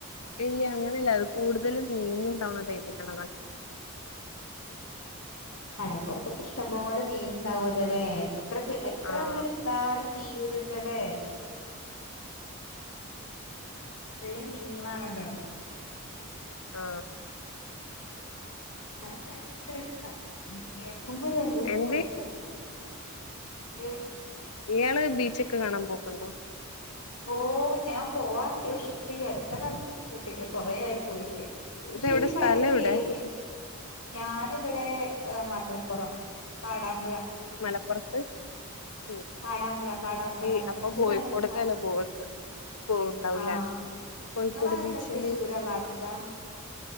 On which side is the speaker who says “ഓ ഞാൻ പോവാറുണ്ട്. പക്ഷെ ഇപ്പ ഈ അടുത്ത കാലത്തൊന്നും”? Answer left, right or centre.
Left